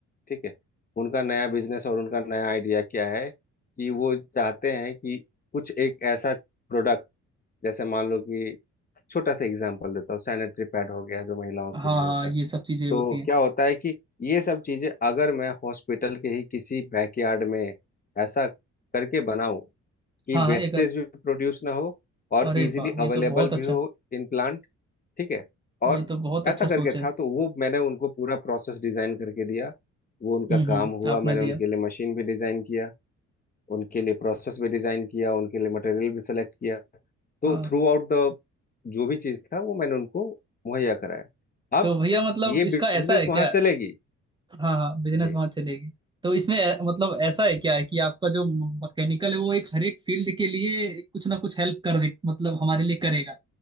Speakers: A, on the left (about 30°); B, on the right (about 15°).
A: ठीक है उनका नया बिजनेस और उनका नया आइडिया क्या है कि वो चाहते हैं कि कुछ एक ऐसा प्रोडक्ट जैसे मान लो कि छोटा सा एग्जांपल देता हूँ सैनिटरी पैड हो गया जो महिलाओं के
B: हाँ
A: लिए होता
B: हाँ
A: है
B: ये सब चीजें
A: तो
B: होती हैं
A: क्या होता है कि ये सब चीजें अगर मैं हॉस्पिटल के ही किसी बैकयार्ड में ऐसा करके बनाऊं कि
B: हाँ हाँ
A: वेस्टेज
B: एक
A: भी प्रोड्यूस ना हो और
B: अरे
A: इजीली
B: वाह
A: अवेलेबल
B: ये तो बहुत
A: भी
B: अच्छा
A: हो इन प्लांट ठीक है और
B: ये तो बहुत अच्छा
A: ऐसा करके
B: सोच है
A: था तो वो मैंने उनको पूरा प्रोसेस डिजाइन करके दिया वो उनका
B: हम्म
A: काम
B: हम्म
A: हुआ
B: आपने
A: मैंने उनके
B: दिया
A: लिए मशीन भी डिजाइन किया उनके लिए प्रोसेस भी डिजाइन किया उनके लिए मटेरियल भी सेलेक्ट किया तो
B: हाँ
A: थ्रू आउट द जो भी चीज था वो मैंने उनको मुहैया कराया अब
B: तो भैया मतलब
A: ये
B: इसका
A: बिजनेस
B: ऐसा है क्या
A: वहां चलेगी
B: हाँ हाँ बिजनेस
A: जी
B: वहां चलेगी तो इसमें ऐ- मतलब ऐसा है क्या है कि आपका जो मैकेनिकल है वो एक हर एक फील्ड के लिए कुछ ना कुछ हेल्प कर दे मतलब हमारे लिए करेगा